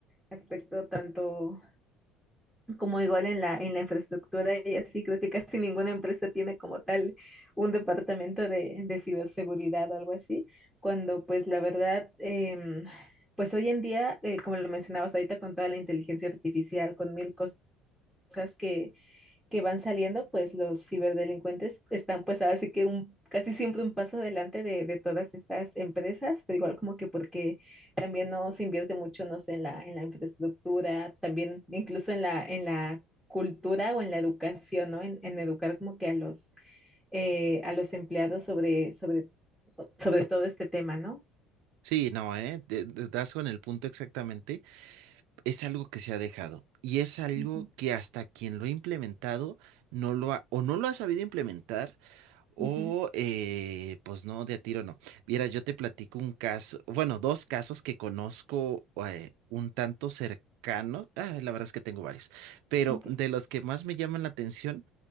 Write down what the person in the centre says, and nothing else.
aspecto, tanto como igual en la, en la infraestructura y así, creo que casi ninguna empresa tiene como tal un departamento de, de ciberseguridad o algo así, cuando pues la verdad... em, pues hoy en día, eh, como lo mencionabas ahorita, con toda la inteligencia artificial, con mil cosas que, que van saliendo, pues los ciberdelincuentes están pues ahora sí que un, casi siempre un paso adelante de, de todas estas empresas, pero igual como que porque también no se invierte mucho, no sé, en la, en la infraestructura, también incluso en la, en la cultura o en la educación, ¿no? En, en educar como que a los, eh, a los empleados sobre, sobre, sobre todo este tema, ¿no?
Ujú,
ujú,
ok,